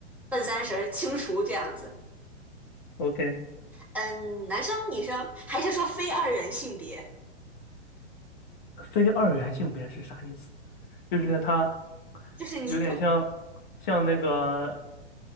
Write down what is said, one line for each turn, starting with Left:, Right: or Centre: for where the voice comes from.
Centre: 奔三十儿清除这样子。
Left: OK，
Centre: 嗯，男生女生还是说非二元性别？
Left: 非二元性别是啥意思？就是他
Centre: 嗯，就是你懂，
Left: 有点像像那个，